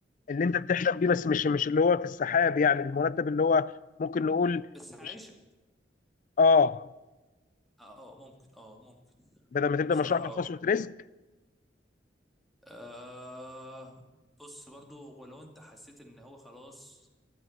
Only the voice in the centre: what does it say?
بس عايشه
اه آه، ممكن اه ممكن
بصراحه
اه
آه، بص برضو هو لو انت حسيت ان هو خلاص